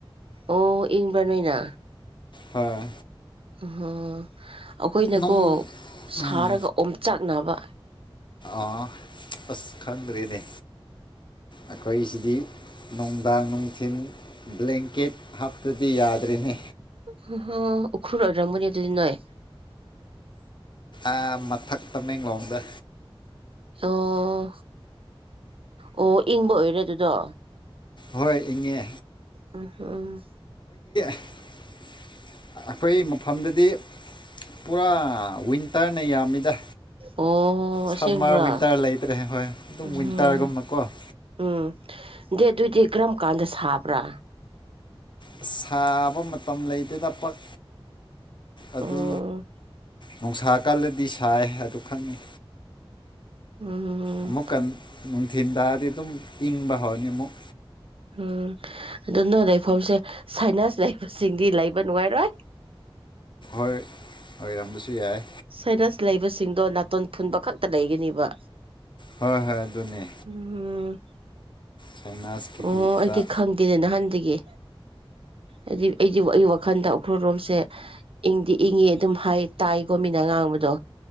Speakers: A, on the right (about 70°); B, on the left (about 55°).
A: ꯑꯣ ꯏꯤꯡꯕ ꯅꯨꯏꯅꯥ
B: ꯍꯣꯏ
A: ꯎꯍ ꯑꯈꯣꯏꯅꯀꯣ
B: ꯅꯣꯡ
A: ꯁꯥꯔꯒ
B: ꯎꯝ
A: ꯑꯣꯝꯆꯥꯛ ꯅꯥꯕ
B: ꯑꯥ ꯑꯁ ꯈꯪꯗ꯭ꯔꯦꯅꯦ ꯑꯩꯈꯣꯏꯁꯤꯗꯤ ꯅꯨꯡꯗꯥꯡ ꯅꯨꯡꯊꯤꯟ ꯕ꯭ꯂꯦꯡꯀꯦꯠ ꯍꯥꯞꯇꯗꯤ ꯌꯥꯗ꯭ꯔꯤꯅꯦ
A: ꯍꯝ ꯍꯝ ꯎꯈ꯭ꯔꯨꯜ ꯑꯣꯏꯔꯝꯒꯅꯤꯗꯨꯗꯤ ꯅꯣꯏ
B: ꯑ ꯃꯊꯛ ꯇꯃꯦꯡꯂꯣꯡꯗ
A: ꯑꯣ ꯑꯣ ꯏꯪꯕ ꯑꯣꯏꯔꯦ ꯑꯗꯨꯗꯣ
B: ꯍꯣꯏ ꯏꯤꯡꯉꯦ
A: ꯎꯝ ꯍꯝ
B: <unintelligible> ꯑꯈꯣꯏ ꯃꯐꯝꯗꯗꯤ ꯄꯨꯔꯥ ꯋꯤꯟꯇꯔꯅ ꯌꯥꯝꯃꯤꯗ
A: ꯑꯣ
B: ꯁꯝꯃꯔ
A: ꯑꯁꯦꯡꯕ꯭ꯔꯥ
B: ꯋꯤꯟꯇꯔ ꯂꯩꯇ꯭ꯔꯦ ꯍꯣꯏ ꯑꯗꯨꯝ
A: ꯎꯝ
B: ꯋꯤꯟꯇꯔꯒꯨꯝꯕꯀꯣ <unintelligible>
A: ꯎꯝ ꯗꯦ ꯗꯨꯗꯤ ꯀꯔꯝ ꯀꯥꯟꯗ ꯁꯥꯕ꯭ꯔꯥ
B: ꯁꯥꯕ ꯃꯇꯝ ꯂꯩꯇꯦꯗ ꯄꯛ ꯑꯗꯨ
A: ꯎꯝ
B: ꯅꯨꯡꯁꯥ ꯀꯜꯂꯗꯤ ꯁꯥꯏ ꯑꯗꯨ ꯈꯪꯉꯤ
A: ꯎꯝ
B: ꯑꯃꯨꯛꯀ ꯅꯨꯡꯊꯤꯟ ꯇꯥꯔꯗꯤ ꯑꯗꯨꯝ ꯏꯤꯡꯕ ꯍꯧꯔꯅꯤ ꯑꯃꯨꯛ
A: ꯎꯝ ꯎꯝ ꯑꯗꯨ ꯅꯣ ꯂꯩꯐꯝꯁꯦ ꯁꯥꯏꯅꯥꯁ ꯂꯩꯕꯁꯤꯡꯗꯤ ꯂꯩꯕ ꯅꯨꯡꯉꯥꯏꯔꯣꯏ
B: ꯍꯣꯏ ꯑꯣꯏꯔꯝꯕꯁꯨ ꯌꯥꯏ
A: ꯁꯥꯏꯅꯁ ꯂꯩꯕꯁꯤꯡꯗꯣ ꯅꯥꯇꯣꯟ ꯐꯨꯟꯕ ꯈꯛꯇ ꯂꯩꯒꯅꯤꯕ
B: ꯍꯣꯏ ꯍꯣꯏ ꯑꯗꯨꯅꯦ
A: ꯎꯝ
B: ꯁꯥꯏꯅꯥꯁꯀꯤꯗꯤ
A: ꯑꯣ
B: ꯈꯔ
A: ꯑꯩꯗꯤ ꯈꯪꯗꯦ ꯅꯍꯥꯟꯗꯒꯤ ꯑꯩꯗꯤ ꯑꯩꯗꯤ ꯋꯥ ꯑꯩꯗꯤ ꯋꯥꯛ ꯈꯟꯗ ꯎꯈ꯭ꯔꯨꯜ ꯔꯣꯝꯁꯦ ꯏꯪꯗꯤ ꯏꯪꯉꯤ ꯑꯗꯨꯝ ꯍꯥꯏ ꯇꯥꯏꯀꯣ ꯃꯤꯅ ꯉꯥꯡꯕꯗꯣ